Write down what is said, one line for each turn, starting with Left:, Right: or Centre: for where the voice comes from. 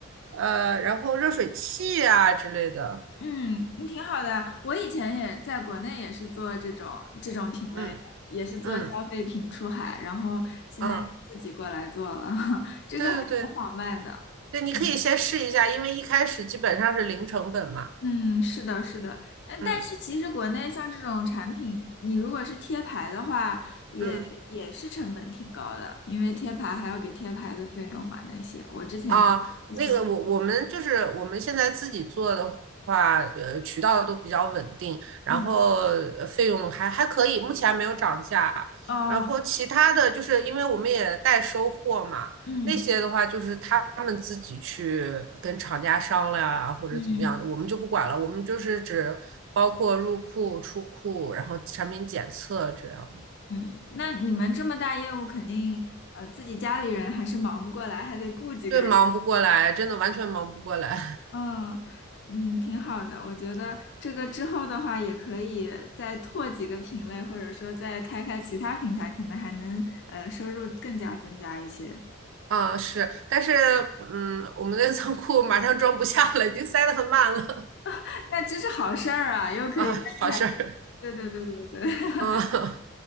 Right: 呃，然后热水器啊之类的。
Left: 嗯，你挺好的。我以前也在国内也是做这种这种品类的，
Right: 嗯
Left: 也是做消费品出海，
Right: 嗯
Left: 然后现在自己过来做了，
Right: 啊，
Left: <laughs> 这个还挺好卖的。
Right: 对对对对，你可以先试一下，
Left: 嗯。
Right: 因为一开始基本上是零成本嘛。
Left: 嗯，是的，是的，嗯，
Right: 嗯
Left: 但是其实国内像这种产品，你如果是贴牌的话，也也是成本挺高的，
Right: 嗯。
Left: 因为贴牌还要给贴牌的费用嘛，那些我之前也也算过
Right: 啊，那个我我们就是我们现在自己做的话，呃，渠道都比较稳定，然后呃费用还还可以，
Left: 嗯，
Right: 目前还没有涨价。
Left: 哦，
Right: 然后其他的就是因为我们也代收货嘛，
Left: 嗯
Right: 那些的话就是他们自己去跟厂家商量啊，或者怎么样的，
Left: 嗯
Right: 我们就不管了，我们就是只包括入库、出库，然后产品检测这样的。
Left: 嗯，那你们这么大业务，肯定呃自己家里人还是忙不过来，还得雇几个人。
Right: 对，忙不过来，真的完全忙不过来。
Left: 嗯嗯，挺好的。我觉得这个之后的话，也可以再拓几个品类，或者说再开开其他平台，可能还能呃收入更加增加一些。
Right: 啊，是，但是嗯，我们的仓库马上装不下了，已经塞得很满了
Left: <laughs> 那这是好事儿啊，又可以再开一个。
Right: 啊，好事儿
Left: 对对对对对，<laughs>
Right: 啊，